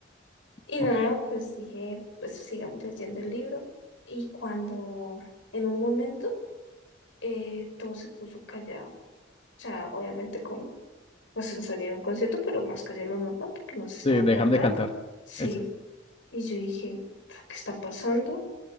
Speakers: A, on the left (about 85°); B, on the left (about 30°).
A: Y
B: Ok,
A: nada, pues dije, pues sigamos leyendo el libro. Y cuando en un momento eh, todo se puso callado. O sea, obviamente con pues el sonido de un concierto, pero más callado de lo normal porque no se estaban
B: sí, dejan
A: cantando.
B: de cantar.
A: Sí.
B: Eso.
A: Y yo dije, ¿qué está pasando?